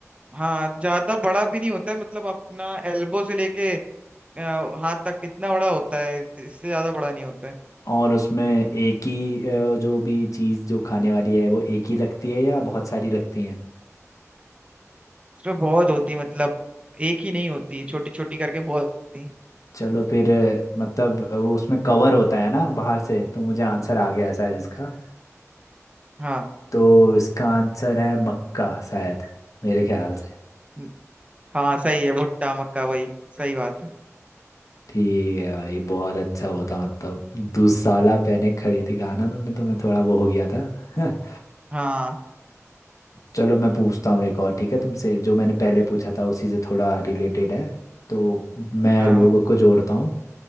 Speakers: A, on the right; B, on the left.
A: हाँ ज्यादा बड़ा भी नहीं होता है मतलब अपना एल्बो से लेके आ, हाथ तक इतना बड़ा होता है इससे ज्यादा बड़ा नहीं होता है
B: और उसमें एक ही अ, जो भी चीज़ जो खाने वाली है वो एक ही लगती है या बहुत सारी लगती हैं
A: उसमें बहुत होती है, मतलब एक ही नहीं होती छोटी छोटी करके बहुत होती है।
B: चलो फिर अ, मतलब वो उसमें कवर होता है ना बाहर से तो मुझे आंसर आ गया है शायद इसका
A: हाँ
B: तो इसका आंसर है मक्का शायद मेरे ख्याल से
A: म- हाँ सही है भुट्टा मक्का वही सही बात है
B: ठीक है भाई बहुत अच्छा होता मतलब दुसाला पहने खड़ी थी कहा ना तुमने तो मैं थोड़ा वो हो गया था <laughs>
A: हाँ
B: चलो मैं पूछता हूँ एक और ठीक है तुमसे जो मैंने पहले पूछा था उसी से थोड़ा रिलेटेड है तो मैं
A: हाँ
B: लोगों को जोड़ता हूँ